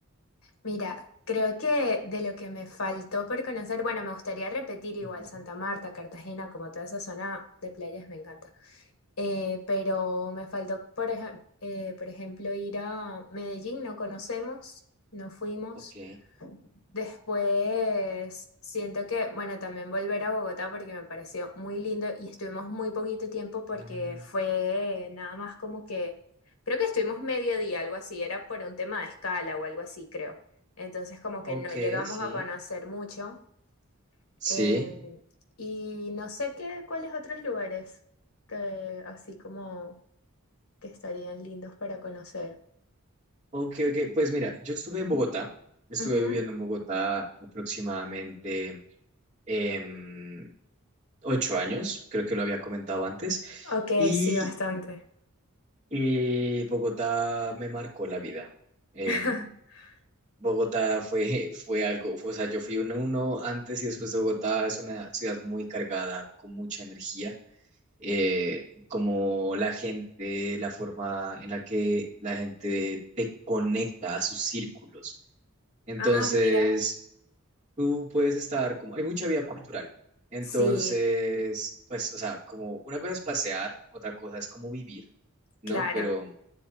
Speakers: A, on the left; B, on the right.
A: mira, creo que de lo que me faltó por conocer, bueno, me gustaría repetir igual
B: Ujú.
A: Santa Marta, Cartagena, como toda esa zona de playas me encanta, Eh, pero me faltó, por ejem- eh, por ejemplo, ir a Medellín, no conocemos, no fuimos.
B: Ok.
A: Después siento que, bueno, también volver a Bogotá porque me pareció muy lindo y estuvimos muy poquito tiempo porque
B: Ah,
A: fue nada más como que, creo que estuvimos medio día, algo así, era por un tema de escala o algo así, creo. Entonces como
B: ok,
A: que no llegamos
B: sí.
A: a conocer mucho.
B: Sí.
A: eh, y no sé qué, cuáles otros lugares que así como que estarían lindos para conocer.
B: Ok, ok. Pues mira, yo estuve en Bogotá. Estuve
A: Ujú.
B: viviendo en Bogotá aproximadamente em, ocho años. Creo que lo había comentado antes.
A: Ok,
B: Y
A: sí, bastante.
B: eh, Bogotá me marcó la vida. em,
A: <laughs>
B: Bogotá fue, fue algo, o sea, yo fui uno, uno antes y después de Bogotá, es una ciudad muy cargada, con mucha energía. Eh, como la gente, la forma en la que la gente te conecta a sus círculos. Entonces,
A: Ah, mira,
B: tú puedes estar como, hay mucha vida cultural. Entonces,
A: sí.
B: pues, o sea, como una cosa es pasear, otra cosa es como vivir, ¿no?
A: Claro,
B: Pero